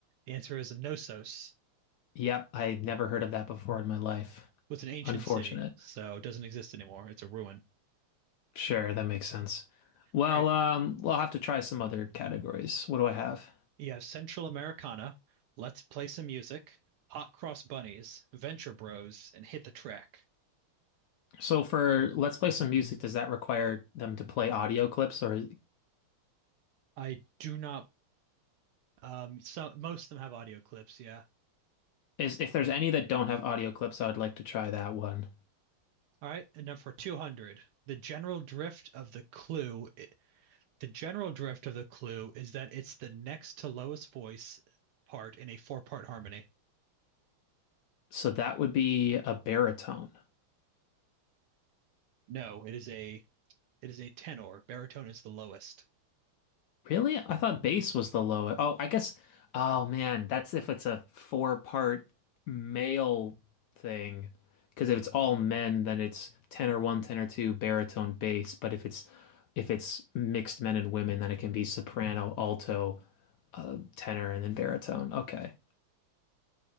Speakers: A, on the right; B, on the left.
A: The answer is Knossos.
B: Yep, I never heard of that before in my life.
A: It's an ancient
B: Unfortunate.
A: city, so it doesn't exist anymore. It's a ruin.
B: Sure, that makes sense. Well,
A: All right.
B: um, we'll have to try some other categories. What do I have?
A: You have Central Americana, Let's Play Some Music, Hot Cross Bunnies, Venture Bros, and Hit the Track.
B: So for Let's Play Some Music, does that require them to play audio clips or
A: I do not, um, so most of them have audio clips, yeah.
B: is if there's any that don't have audio clips, I would like to try that one.
A: All right, and now for 200. The general drift of the clue i- The general drift of the clue is that it's the next to lowest voice part in a four-part harmony.
B: So that would be a baritone.
A: No, it is a it is a tenor. Baritone is the lowest.
B: Really? I thought bass was the lowest. Oh, I guess. Oh man, that's if it's a four-part male thing. Because if it's all men, then it's tenor one, tenor two, baritone, bass. But if it's if it's mixed men and women, then it can be soprano, alto, uh, tenor, and then baritone. Okay.